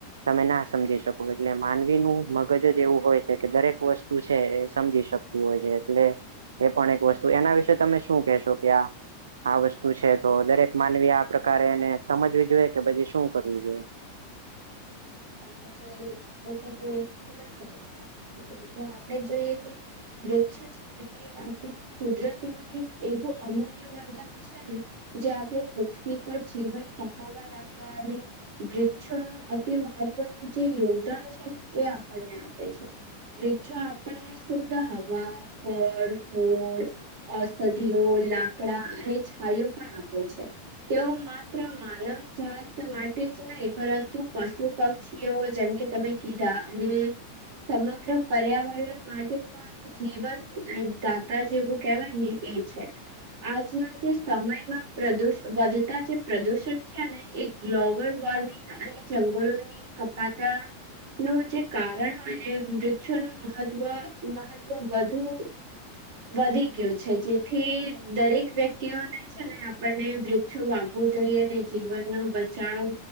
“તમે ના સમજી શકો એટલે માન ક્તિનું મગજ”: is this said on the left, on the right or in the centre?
Right